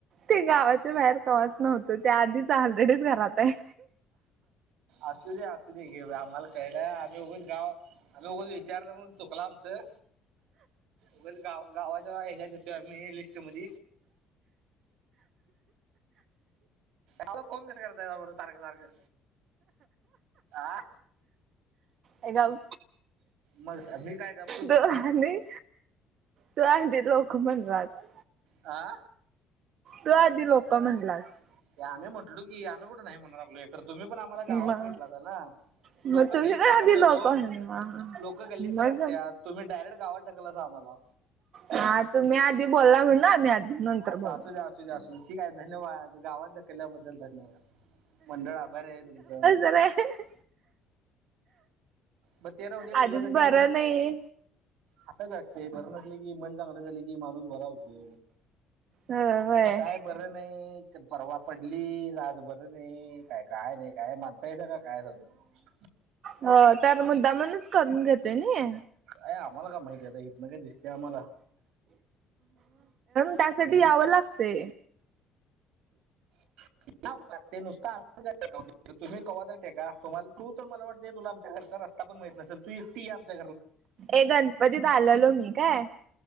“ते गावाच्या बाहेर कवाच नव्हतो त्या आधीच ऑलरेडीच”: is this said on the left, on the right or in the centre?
Right